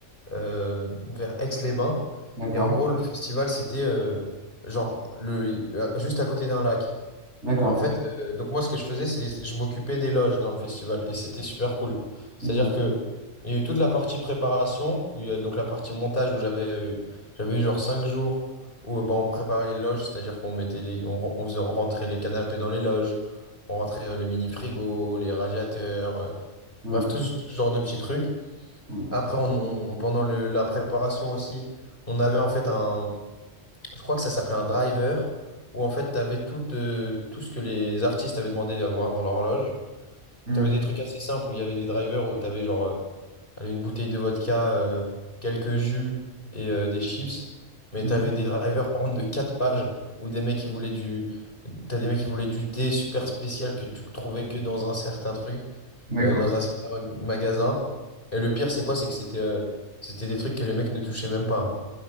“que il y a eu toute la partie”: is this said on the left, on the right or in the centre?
Left